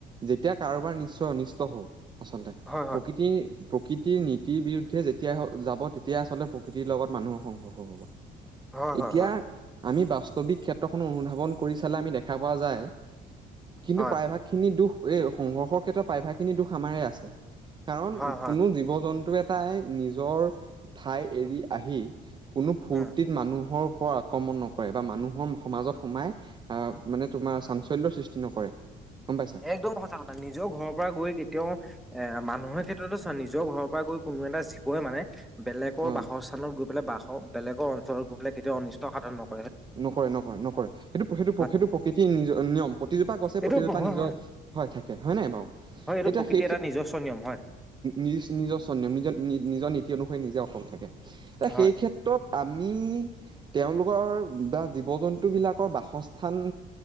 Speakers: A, on the right; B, in the centre.
A: যেতিয়া, কাৰোবাৰ নিশ্চয় অনিষ্ট হওঁ আচলতে
B: হয় হয়
A: প্ৰকৃতিৰ প্ৰকৃতিৰ নীতিৰ বিৰুদ্ধে, যেতিয়া যাব তেতিয়া আচলতে প্ৰকৃতিৰ লগত মানুহৰ সংঘৰ্ষ হব।
B: হয় হয়
A: এতিয়া,
B: হয়
A: আমি বাস্তৱিক ক্ষেত্ৰখন অনুধাৱন কৰি চালে, আমি দেখা পোৱা যায় কিন্তু
B: হয়
A: প্ৰায়ভাগ। খিনি দুখ, এই সংঘৰ্ষৰ ক্ষেত্ৰত প্ৰায়ভাগ খিনি দুখ আমাৰ আছে। কাৰণ,
B: হয় হয়
A: কোনো জীৱ জন্তু এটাই নিজৰ ঠাই এৰি আহি। কোনো ফূৰ্তিত
B: উম।
A: মানুহৰ ওপৰত আক্ৰমণ নকৰে, বা মানুহৰ সমাজত সোমাই অ', মানে তোমাৰ চাঞ্চল্যৰ সৃষ্টি নকৰে গম পাইছ।
B: একদম সঁচা কথা, নিজৰও ঘৰৰ পৰা গৈ কেতিয়াও এ, মানুহৰ ক্ষেত্ৰতো চ নিজৰ ঘৰৰ পৰা গৈ কোনো এটা জীৱই মানে বেলেগকৰ
A: অ
B: বাসস্থানত, গৈ পেলাই বাস বেগ অঞ্চলত গৈ পেলাই কেতিয়াও অনিষ্ট সাধন নহয়
A: নকৰে, নকৰে, নকৰে, সেইটো সেইটো
B: হয়
A: সেইটো প্ৰকৃতিৰ নিজ নিয়ম প্ৰতিজোপা গছে
B: এইটো
A: প্ৰতিজোপা
B: হয়
A: নিজৰ হয়, থাকে হয়, নাই বাৰু।
B: হয়, এইটো
A: এতিয়া
B: প্ৰকৃতিৰ
A: সেই
B: এটা নিজস্ব নিয়ম হয়।
A: নিজ নিজৰ স নিজৰ নিজৰ নীতি অনুসৰি নিজে অটল থাকে এ
B: হয়
A: সেই ত্ৰত ত আমি তেওঁলোকৰ বা জীৱ জন্তুবিলাকৰ বাসস্থান।